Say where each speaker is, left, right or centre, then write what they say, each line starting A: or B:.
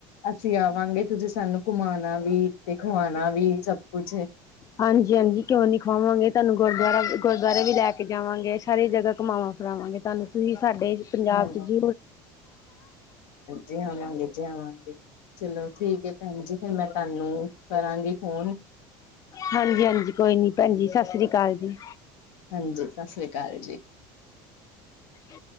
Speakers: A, on the left; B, on the left.
A: ਅਸੀਂ ਆਵਾਂਗੇ ਤੁਸੀਂ ਸਾਨੂੰ ਘੁਮਾਣਾ ਵੀ ਤੇ ਖਵਾਣਾ ਵੀ ਸਭ ਕੁਛ
B: ਹਾਂਜੀ ਹਾਂਜੀ, ਕਿਉਂ ਨੀ ਖਵਾਵਾਂਗੇ ਤੁਹਾਨੂੰ ਗੁਰਦੁਆਰਾ ਗੁਰਦੁਆਰੇ ਵੀ ਲੈ ਕੇ ਜਾਵਾਂਗੇ ਸਾਰੀ ਜਗ੍ਹਾ ਘਮਾਵਾਂਗੇ। ਕਰਾਵਾਂਗੇ ਤੁਹਾਨੂੰ ਤੁਸੀਂ ਸਾਡੇ ਪੰਜਾਬ
A: ਹਾਂ
B: ਚ ਜ਼
A: ਜੀ ਆਵਾਂਗੇ ਜੀ ਆਵਾਂਗੇ, ਚਲੋ ਠੀਕ ਹੈ ਭੈਣ ਜੀ, ਫਿਰ ਮੈਂ ਤੁਹਾਨੂੰ ਕਰਾਂਗੀ ਫੋਨ।
B: ਹਾਂਜੀ ਹਾਂਜੀ, ਕੋਈ ਨੀ ਭੈਣ ਜੀ, ਸਤਿ ਸ੍ਰੀ ਅਕਾਲ ਜੀ।
A: ਹਾਂਜੀ, ਸਤਿ ਸ੍ਰੀ ਅਕਾਲ ਜੀ।
B: ਹਾਂ